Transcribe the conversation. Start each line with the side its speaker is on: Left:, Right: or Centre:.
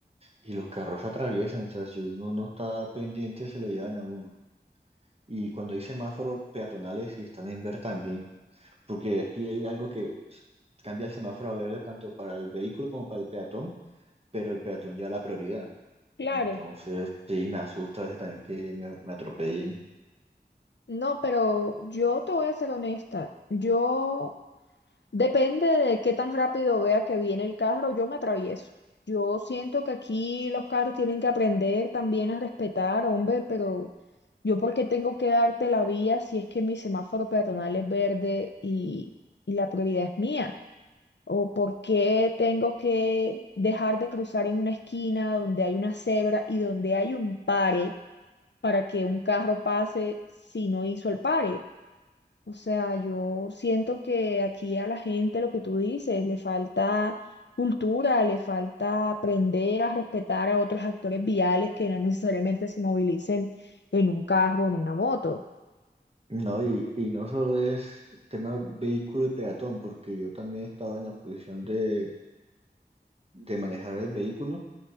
Right: y los carros atraviesan, o sea, si uno no está pendiente se lo llevan a uno. Y cuando hay semáforos peatonales y están en verde también, porque aquí hay algo que s- cambia el semáforo a verde tanto para el vehículo como para el peatón, pero el peatón ya la prioridad.
Left: Claro,
Right: Entonces, sí, me asusta a veces también que me, me atropellen.
Left: no, pero yo te voy a ser honesta. Yo, depende de qué tan rápido vea que viene el carro, yo me atravieso. Yo siento que aquí los carros tienen que aprender también a respetar, hombre, pero yo porque tengo que darte la vía si es que mi semáforo peatonal es verde y, y la prioridad es mía. O por qué tengo que dejar de cruzar en una esquina donde hay una cebra y donde hay un pare para que un carro pase si no hizo el pare. O sea, yo siento que aquí a la gente lo que tú dices, le falta cultura, le falta aprender a respetar a otros actores viales que no necesariamente se movilicen en un carro o en una moto.
Right: No, y, y no solo es tema vehículo y peatón, porque yo también he estado en la posición de de manejar el vehículo